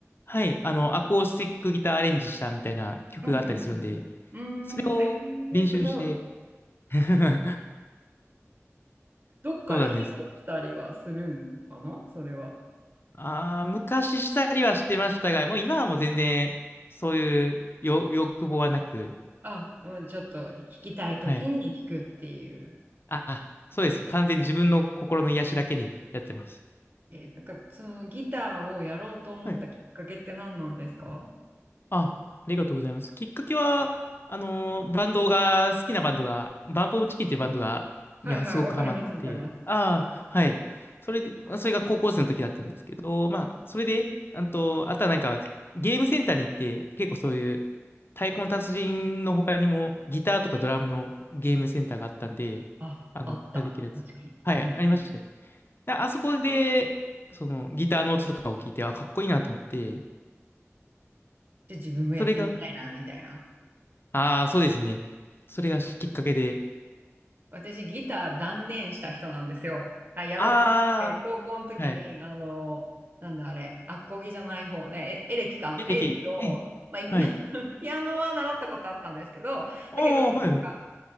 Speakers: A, on the left; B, on the right.
A: はい。あの、アコースティックギターアレンジしたみたいな曲があったりするんで、
B: うんうんうんうん。
A: それを練習して、
B: うーん、えーすごい。
A: <laughs>
B: どっかで引っ越したりはするのかなそれは。
A: そうなんです。ああ、昔したりはしてましたが、もう今はもう全然、そういうよ欲望はなく、
B: あ、もうちょっと弾きたい時に弾くっていう。
A: はい。あ、そうです。完全に自分の心の癒しだけにやってます。
B: えーなんかそのギターをやろうと思ったきっかけって何なんですか
A: はい。あ、ありがとうございます。きっかけは、あのーバンドが、好きなバンドが、バンプオブチキンっていうバンドが、
B: はいはい、
A: にはすごくハマって、
B: わかります、わかります。
A: ああ、はい。それで、まあそれが高校生の時だったんですけど、まあ、それで、あと、あとはなんか、ゲームセンターに行って、結構そういう、太鼓の達人の他にも、ギターとかドラムのゲームセンターがあったんで、
B: あ、
A: あの、
B: あった。
A: ができるやつ。
B: 確かに。
A: はい、
B: うんうん。
A: ありましたよああそこで、そのギターの音とかを聞いて、あ、かっこいいなと思って、
B: じゃあ自分もやってみたいな、
A: それが、
B: みたいな。
A: ああ、そうですね。それがきっかけで、
B: 私、ギター断念した人なんですよ。あ、やろうと思って、
A: ああ、
B: 高校の時に、
A: はい。
B: あの、なんだあれ、アコギじゃない方ね、えエレキか、
A: でできえ
B: エレキを、まあ、い
A: はい。
B: <laughs> ピアノは習ったことあったんですけど、
A: おー、
B: だけど、なんか
A: はい、